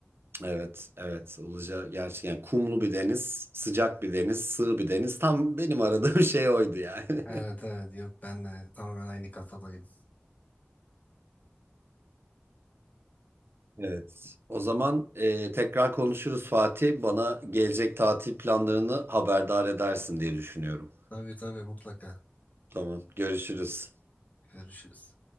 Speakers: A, on the right (about 65°); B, on the left (about 35°).
A: Evet, evet. Ilıca gerçekten kumlu bir deniz, sıcak bir deniz, sığ bir deniz. Tam benim aradığım şey oydu yani. <laughs>
B: Evet evet yok ben de tamamen aynı kafadayım.
A: Evet. O zaman e, tekrar konuşuruz Fatih. Bana gelecek tatil planlarını haberdar edersin diye düşünüyorum.
B: Tabii tabii mutlaka
A: Tamam, görüşürüz.
B: görüşürüz.